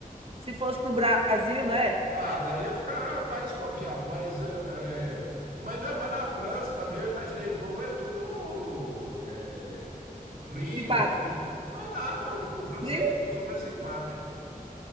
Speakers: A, on the right; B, on the right.
A: se fosse no Brasil, né,
B: Ah, daí eu ia ficar mais desconfiado, mas, é, é, mas, não, mas na França também eu imaginei, o povo é tudo é, frio,
A: simpático.
B: assim, mas nada, o, o francês
A: Frio?
B: é super simpático.